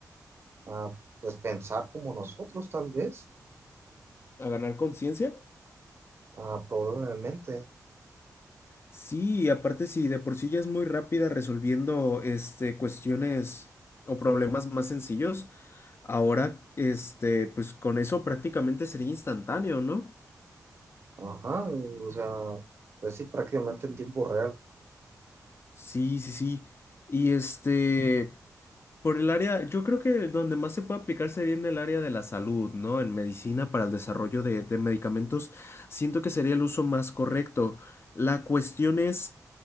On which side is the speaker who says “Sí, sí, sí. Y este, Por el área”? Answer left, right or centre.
Left